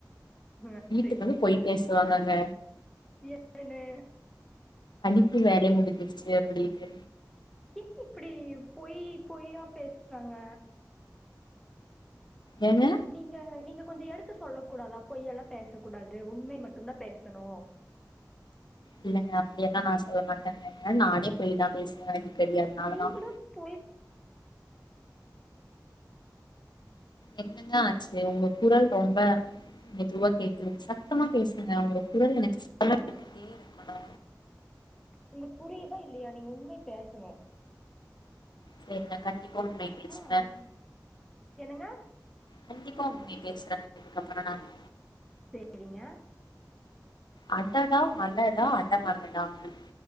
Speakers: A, in the centre; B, on the left.
A: ஆ
B: வீட்டுக்கு
A: சரி
B: வந்து போய் பேசுவாங்கங்க
A: என்னனு
B: எப்டி வேலைய முடிஞ்சிருச்சு அப்படின்னு
A: கி இப்படி பொய் பொய்யா பேசுறாங்க
B: ஏங்க
A: நீங்க நீங்க கொஞ்சம் எடுத்து சொல்ல கூடாதா பொய்ய எல்லாம் பேசக்க கூடாது உண்மை மட்டும் தான் பேசணு
B: இல்லைங்க அப்படியெல்லாம் நான் சொல்ல மாட்டேங்கேங்க நானே போய் தான் பேசுவன் தெரியாதனாலதான்
A: நீங்களு பொய்
B: என்னங்க ஆச்சு உங்க குரல் ரொம்ப மெதுவா கேக்குது சத்தமா பேசுங்க உங்க குரல் எனக்கு சுத்தமா டே இரு மா
A: உங்க புரியுதா இல்லையா நீங்க உண்மை பேசணும்
B: சரி நான் கண்டிப்பா உண்மை பேசுவ
A: அவ்ளோதா என்னங்க
B: கண்டிப்பா உண்மை பேசுரங்க இதுக்கப்புற நானு
A: செரிங்க
B: அடடா மழடா அட மழடாங்க